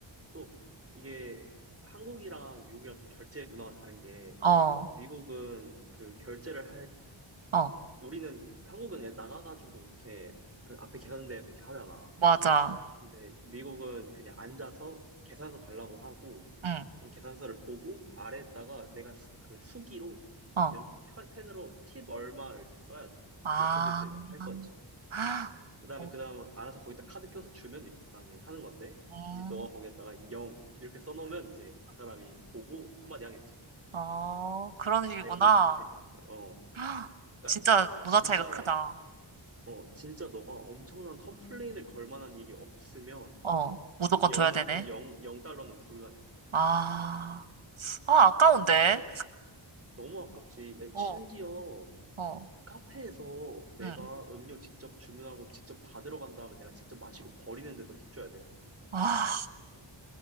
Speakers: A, on the right; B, on the right.
A: 또, 이게 한국이랑 미국이랑 좀 결제 문화가 다른 게,
B: 어,
A: 미국은 그 결제를
B: 어,
A: 우리는 한국은 나가가지고 이렇게 그 앞에 계산대에서 이렇게 하잖아.
B: 맞아.
A: 근데 미국은 그냥 앉아서 계산서 달라고 하고
B: 응,
A: 그럼 계산서를 보고 아래에다가 내가 수- 그 수기로
B: 어,
A: 연 펜- 펜으로 팁 얼마를 이렇게 써야 돼.
B: 아,
A: 몇 퍼센트를 내가 할 건지.
B: 아,
A: 그다음에
B: 어,
A: 그다음 알아서 거기다 카드 껴서 주면 이제 그 사람이 하는 건데
B: 음.
A: 이제 너가 거기에다가 0 이렇게 써놓으면 이제 그 사람이 보고 한마디 하겠지.
B: 어, 그런 식이구나.
A: 자기가 뭘 잘못했냐. 어.
B: 헉,
A: 그러니까
B: 진짜 문화
A: 진짜
B: 차이가 크다.
A: 어, 진짜 너가 엄청난 컴플레인을 걸 만한 일이 없으면
B: 어, 무조건
A: 0,
B: 줘야 되네.
A: 0, 0달러는 불가능해.
B: 아, 아, 아까운데.
A: 너무 아깝지.
B: 어,
A: 심지어
B: 어,
A: 카페에서 내가
B: 응.
A: 음료 직접 주문하고 직접 받으러 간 다음에 내가 직접 마시고 버리는데도 팁 줘야 돼.
B: 아,